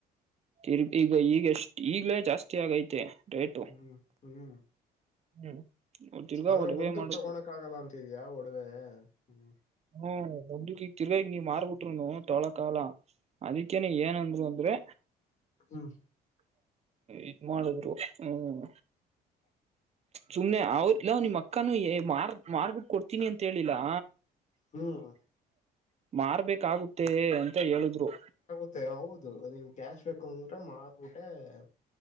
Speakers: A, on the right (about 40°); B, on the left (about 45°).
A: ತಿರ್ಗಿ ಈಗ ಈಗೆಷ್ಟ್ ಈಗ್ಲೇ ಜಾಸ್ತಿ ಆಗೈತೆ ರೇಟ್
B: ಹ್ಮ ಹ್ಮ್
A: ಹ್ಮ್ ತಿರ್ಗಾ
B: ಅಂದ್ರೆ
A: ಒಡವೆ
B: ಮುಂದಕ್
A: ಮಾಡುದು
B: ತಗೋಣಕ್ ಆಗಲ್ಲ ಅಂತಿದ್ಯಾ ಒಡವೆ ಹ್ಮ.
A: ಹ್ಮ ಮುಂದಕ್ಕ್ ಈಗ್ ತಿರ್ಗ ಈಗ್ ನೀ ಮಾರ್ಬಿಟ್ರುನು ತೊಳಕಾಲ. ಅದಕ್ಕೇನೆ ಏನಂದ್ರು ಅಂದ್ರೆ
B: ಹ್ಮ್
A: ಇದ್ ಮಾಡುದ್ರು ಹ್ಮ್.
B: <inaudible>
A: ಸುಮ್ನೆ ಅವ್ರಲ್ಲ ನಿಮ್ಮ್ ಅಕ್ಕನು ಮಾರ್ ಮಾರ್ಬಿಟ್ಟು ಕೊಡ್ತೀನಿ ಅಂತ ಹೇಳಿಲ್ಲಾ.
B: ಹ್ಮ್
A: ಮಾರ್ಬೇಕಾಗುತ್ತೆ ಅಂತ ಹೇಳುದ್ರು.
B: ತ್ತೆ ಹೌದು ನಿಮ್ ಕ್ಯಾಶ್ ಬೇಕು ಅಂದ್ರೆ ಮಾರ್ಬಟ್ಟ ಎ